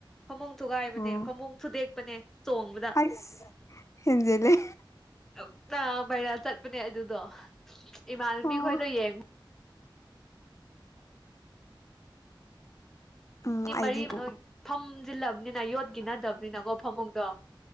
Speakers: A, in the centre; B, on the left (about 35°).
A: ꯐꯃꯨꯡ ꯊꯨꯒꯥꯏꯕꯅꯦ
B: ꯎꯝ
A: ꯐꯃꯨꯡ ꯊꯨꯗꯦꯛꯄꯅꯦ ꯆꯣꯡꯕꯗ
B: ꯑꯁ ꯍꯦꯟꯖꯤꯜꯂꯦ
A: ꯑꯞꯅꯥ ꯕꯥꯏꯔꯦꯜ ꯆꯠꯄꯅꯦ ꯑꯗꯨꯗꯣ ꯏꯃꯥꯟꯅꯕꯤ
B: ꯑꯣ
A: ꯈꯣꯏꯗꯣ ꯌꯦꯡ
B: ꯎꯝ
A: ꯃꯤ
B: ꯑꯩꯗꯤ
A: ꯃꯔꯤ ꯅꯣꯏ
B: ꯎ-
A: ꯐꯝꯖꯤꯜꯂꯕꯅꯤꯅ ꯌꯣꯠꯀꯤ ꯅꯠꯇꯕꯅꯤꯀꯣ ꯐꯃꯨꯡꯗꯣ